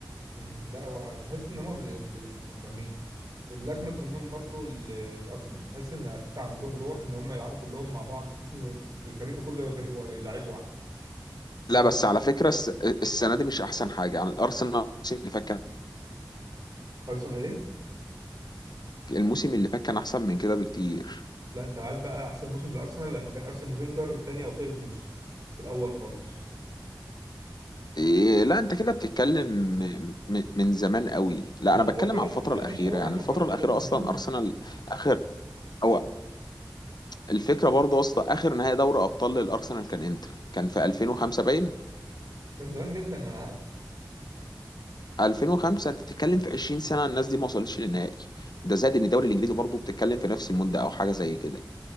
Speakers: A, on the right (about 50°); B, on the left (about 65°).
A: مم، لا هو تحس ان هم ب- ب- متفاهمين اللي اجمد منهم برضو ال- الارسنال تحس ان ارتيتا عامل لهم روح ان هم يلعبوا كلهم مع بعض تحس ان في الفريق ده كله فريق وا- لعيب واحد
B: لا
A: تلاقي
B: بس على فكره الس- السنه دي مش احسن حاجه يعني الارسنال الموسم اللي فات كان
A: ارسنال ايه
B: الموسم اللي فات كان احسن من كده بكتير
A: لا انت عايز بقى احسن موسم لارسنال لما كان ارسن فينجر تاني او تالت موسم في الاول خالص
B: إيه لا انت كده بتتكلم م- م- من زمان قوي لا
A: مش
B: انا بتكلم
A: قوي يعني
B: على الفتره
A: لا
B: الاخيره
A: مش قوي انا
B: يعني
A: حضرته
B: الفتره الاخيره
A: برضه
B: اصلا
A: <laughs>
B: ارسنال اخر هو الفكره برضه يا اسطى اخر نهائي دوري ابطال للارسنال كان امتى كان في 2005 باين
A: كان زمان جدا ما انا عارف
B: 2005 انت بتتكلم في 20 سنه الناس دي ما وصلتش للنهائي ده زائد ان الدوري الانجليزي برضه بتتكلم في نفس المده او حاجه زي كده